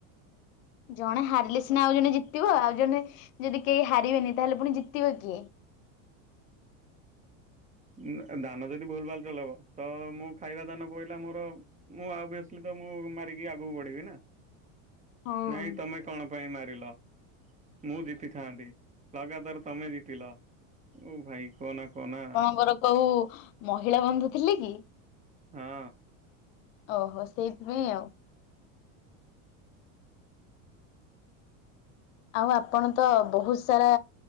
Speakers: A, on the left; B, on the right.
A: ଜଣେ ହାରିଲେ ସିନା ଆଉ ଜଣେ ଜିତିବ ଆଉ ଜଣେ ଯଦି କେଇ ହାରିବେନି ତାହେଲେ ପୁଣି ଜିତିବ କିଏ?
B: ଉଁ ଆ ଦାନ ଯଦି ଭୁଲ ଭାଲ ଚଲେଇବ। ତ ମୁଁ ଖାଇବା ଦାନ ପଇଲା ମୋର ମୁଁ ଅଭିଏସ୍ଲି ତ ତ ମୁଁ ମାରିକି ଆଗକୁ ବଢିବି ନା?
A: ହଁ।
B: ନାଇଁ ତମେ କଣ ପାଇଁ ମାରିଲ ମୁଁ ଜିତିଥାନ୍ତି। ଲଗାତାର ତମେ ଜିତିଲ। ଓଃ ଭାଇ କହନା କହନା
A: ମୋର କୋଉ ମହିଳା ବନ୍ଧୁ ଥିଲେ କି?
B: ହଁ
A: ଓହୋ ସେଇଥିପାଇଁ ଆଉ। ଆଉ ଆପଣ ତ ବହୁତ ସାରା